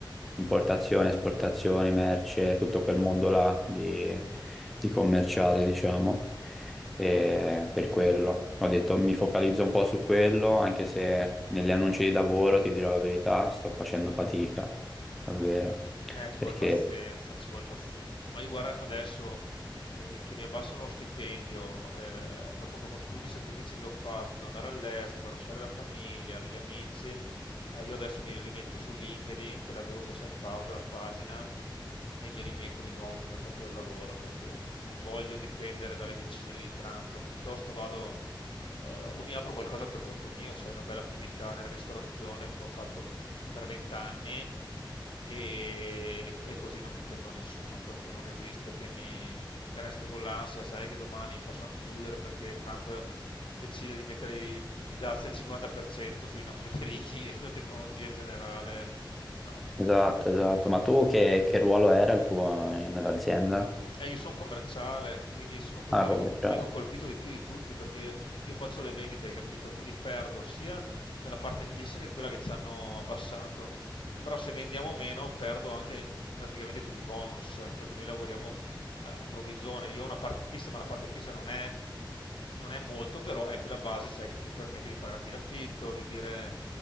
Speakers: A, in the centre; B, on the left (about 80°).
A: importazione, esportazioni, merce, tutto quel mondo là di, di commerciale, diciamo. Eh, per quello ho detto mi focalizzo un po' su quello, anche se negli annunci di lavoro, ti dirò la verità, sto facendo fatica, davvero.
B: Eh, ci
A: Perché
B: vuole pazienza, ci vuole pazienza. Ma io guarda adesso che, che mi abbassano lo stipendio, eh, dopo che ho fatto tutti i sacrifici che ho fatto, andare all'estero, lasciare la famiglia, gli amici, eh, io adesso mi rimetto su LinkedIn, che l'avevo messa in pausa la pagina, e mi rimetto di nuovo sul mercato del lavoro, perché non, non voglio dipendere dalle decisioni di Trump, piuttosto vado eh, o mi apro qualcosa per conto mio, sai, una bella attività nella ristorazione come ho fatto per vent'anni e, e così non dipendo da nessuno perché non esiste che, mi, che resto con l'ansia, sai che domani possano chiudere perché Trump decide di mettere i, i dazi al 50% sui nostri <laughs> frighi e sulla tecnologia in generale. No,
A: esatto, esatto. Ma tu che, che ruolo era il tuo in- nell'azienda?
B: Eh, io sono commerciale, quindi sono quello
A: Ah,
B: che vengo,
A: commerciale.
B: vengo colpito di più di tutti perché io, io faccio le vendite, hai capito? Quindi perdo sia dalla parte fissa che quella che ci hanno abbassato. Però se vendiamo meno, perdo anche praticamente tutti i bonus, eh, perché noi lavoriamo a, a provvigione. Io ho una parte fissa, ma la parte fissa non è, non è molto, però è quella base, sai, che ti permette di pagarti l'affitto, di dire